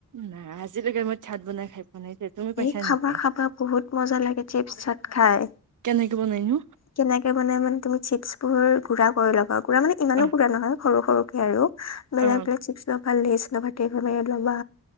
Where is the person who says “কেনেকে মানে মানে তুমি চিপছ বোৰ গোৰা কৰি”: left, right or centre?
Left